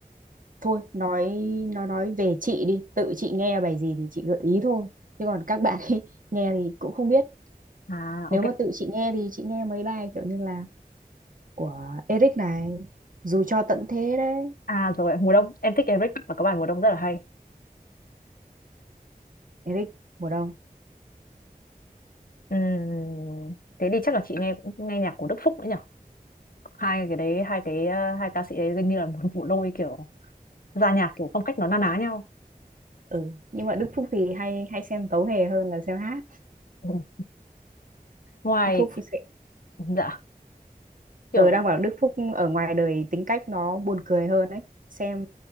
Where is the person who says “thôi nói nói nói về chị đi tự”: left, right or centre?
Right